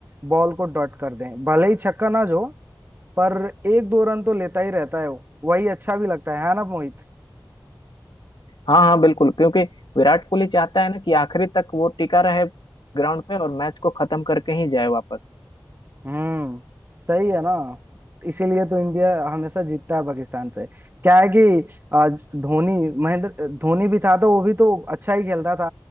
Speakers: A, on the right; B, on the left.
A: बॉल को डॉट कर दे भले ही छक्का ना जो पर एक दो रन तो लेता ही रहता है वो वही अच्छा भी लगता है है ना मोहित
B: हाँ हाँ बिल्कुल क्योंकि विराट कोहली चाहता है ना कि आखिरी तक वो टिका रहे ग्राउंड पे और मैच को खत्म करके ही जाए वापस
A: हम्म सही है ना इसीलिए तो इंडिया हमेशा जीतता है पाकिस्तान से क्या है कि आ, धोनी महेंद्र धोनी भी था तो वो भी तो अच्छा ही खेलता था